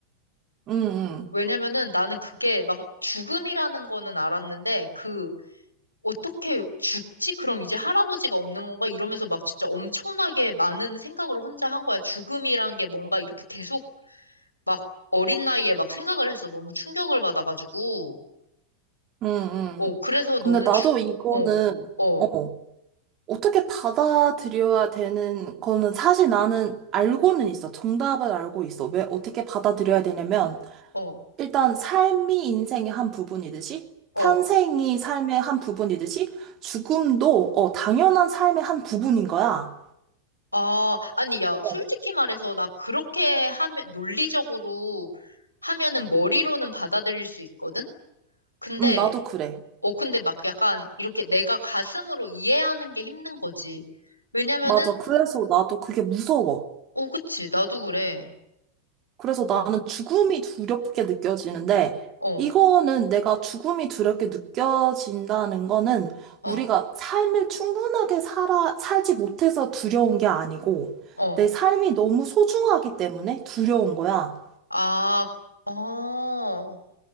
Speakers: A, on the right; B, on the left.
A: 음, 음,
B: 왜냐면은 나는 그게 막 죽음이라는 거는 알았는데 그 어떻게 죽지? 그럼 이제 할아버지가 없는 건가? 이러면서 막 진짜 엄청나게 많은 생각을 혼자 한 거야. 죽음이란 게 뭔가 이렇게 계속 막 어린 나이에 막 생각을 해서 너무 충격을 받아가지고.
A: 음, 음.
B: 어, 그래서
A: 근데
B: 너는
A: 나도
B: 주,
A: 이거는,
B: 어, 어,
A: 어, 어떻게 받아들여야 되는 거는 사실 나는 알고는 있어. 정답을 알고 있어. 왜 어떻게 받아들여야 되냐면,
B: 어,
A: 일단 삶이 인생의 한 부분이듯이,
B: 어.
A: 탄생이 삶의 한 부분이듯이, 죽음도, 어, 당연한 삶의 한 부분인 거야.
B: 아, 아니, 야,
A: 어.
B: 솔직히 말해서 나 그렇게 하면, 논리적으로 하면은 머리로는 받아들일 수 있거든? 근데,
A: 음, 나도 그래.
B: 어, 근데 막 약간 이렇게 내가 가슴으로 이해하는 게 힘든 거지. 왜냐면은
A: 맞아. 그래서 나도 그게 무서워.
B: 어, 그치. 나도 그래.
A: 그래서 나는
B: 어.
A: 죽음이 두렵게 느껴지는데,
B: 어,
A: 이거는 내가 죽음이 두렵게 느껴진다는 거는
B: 어,
A: 우리가 삶을 충분하게 살아, 살지 못해서 두려운 게 아니고,
B: 어.
A: 내 삶이 너무 소중하기 때문에 두려운 거야.
B: 아, 어.